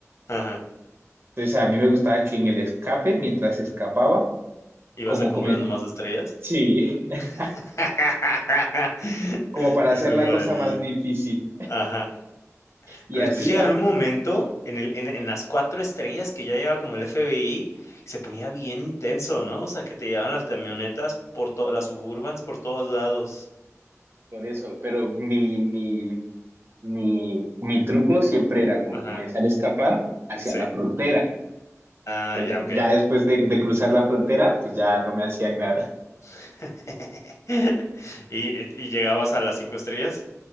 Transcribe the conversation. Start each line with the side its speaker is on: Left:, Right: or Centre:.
Left: ajá.
Right: Entonces a mí me gustaba que en el escape, mientras escapaba,
Left: Ibas
Right: como
Left: acumulando
Right: comen-
Left: más estrellas.
Right: sí, <laughs>
Left: <laughs>
Right: como para
Left: Es
Right: hacer
Left: un
Right: la
Left: malillo.
Right: cosa más difícil.
Left: Ajá.
Right: Y
Left: Pero
Right: así,
Left: después llega
Right: hasta
Left: un momento en el en en las 4 estrellas que ya llegaba como el FBI, se ponía bien intenso, ¿no? O sea, que te llevaban las camionetas por todas las Suburbans por todos lados.
Right: por eso, pero mi, mi, mi, mi truco siempre era como
Left: Ajá,
Right: comenzar a escapar hacia
Left: sí.
Right: la frontera.
Left: Ah,
Right: Entonces,
Left: ya, okey.
Right: ya después de, de cruzar la frontera, pues ya no me hacían nada.
Left: <laughs> ¿Y y llegabas a las 5 estrellas?